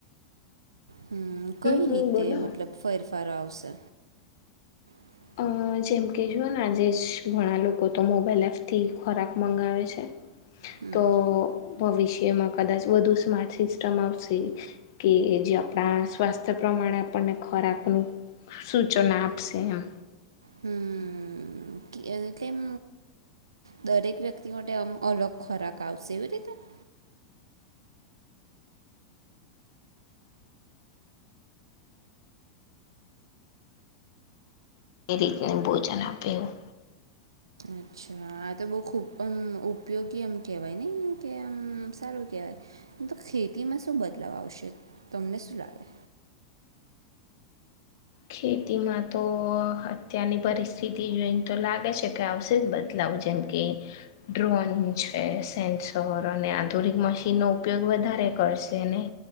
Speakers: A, on the right (about 80°); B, on the left (about 60°).
A: હમ કઈ
B: હમ
A: રીતે
B: બોલો
A: મતલબ ફેરફાર આવશે <inaudible>
B: અ જેમ કે જુઓ ને આજે જ ઘણા લોકો તો મોબાઈલ એપ થી ખોરાક મંગાવે છે
A: હમ
B: તો ભવિષ્યમાં કદાચ વધુ સ્માર્ટ સિસ્ટમ આવશે કે જે આપણા સ્વાસ્થ્ય પ્રમા આપણને ખોરાક નું સૂચન આપશે એમ
A: હમ લે એમ દરેક વ્યક્તિ માટે આમ અલગ ખોરાક આવશે એવી રીતે <inaudible>
B: એ રીતનું ભોજન આપેવું
A: અચ્છા આ તો બહુ ખૂબ ઉપયોગી એમ કહેવાય ને કે આમ સારું કહેવાય તો ખેતીમાં શું બદલાવ આવશે તમને શું લાગે
B: ખેતીમાં તો અત્યારની પરિસ્થિતિ જોઈને તો લાગે છે કે આવશે જ બદલાવ જેમ કે ડ્રોન છે સેન્સર અને આધુનિક મશીન નો ઉપયોગ વધારે કરશે ને